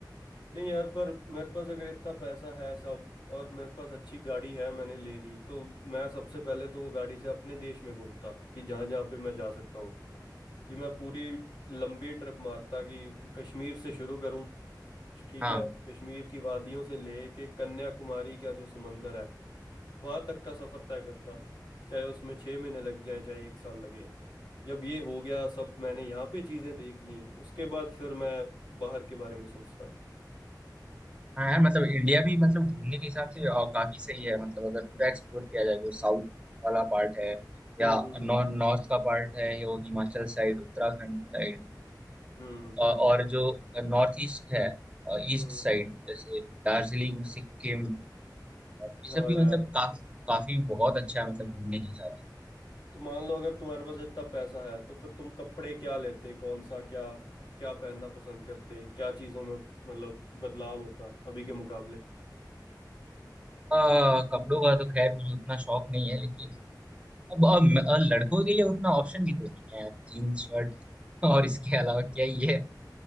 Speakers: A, on the left; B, on the right.
A: नहीं यार पर मेरे पास अगर इतना पैसा है सब और मेरे पास अच्छी गाड़ी है मैंने ले ली तो मैं सबसे पहले तो वो गाड़ी से अपने देश में घूमता कि जहाँ जहाँ पे मैं जा सकता कि मैं पूरी लंबी ट्रिप मारता कि कश्मीर से शुरू करूं ठीक
B: हाँ
A: है कश्मीर की वादियों से लेके कन्याकुमारी का जो समंदर है वहां तक का सफर तय करता चाहे उसमें छह महीने लग जाए चाहे एक साल लगे जब ये हो गया सब मैंने यहाँ पे चीजें देख ली उसके बाद फिर मैं बाहर के बारे में सोचता
B: हाँ यार मतलब इंडिया भी मतलब घूमने के हिसाब से अ, काफी सही है मतलब अगर पूरा एक्सप्लोर किया जाए जो साउथ वाला पार्ट है या
A: हम्म हम्म
B: नॉर्थ का पार्ट है यो हिमाचल साइड उत्तराखंड साइड
A: हम्म
B: और जो नॉर्थ ईस्ट है ईस्ट
A: हम्म,
B: साइड जैसे दार्जिलिंग सिक्किम ये
A: हाँ
B: सब भी
A: यार
B: मतलब काफी काफी बहुत अच्छा है मतलब घूमने के हिसाब से
A: तो मान लो अगर तुम्हारे पास इतना पैसा है तो फिर तुम कपड़े क्या लेते कौन सा क्या क्या पहनना पसंद करते क्या चीजों में मतलब बदलाव होता अभी के मुकाबले
B: अ, कपड़ों का तो खैर मुझे उतना शौक नहीं है लेकिन अब अब म- और लड़कों के लिए उतना ऑप्शन भी तो नहीं है यार जीन्स शर्ट और इसके अलावा क्या ही है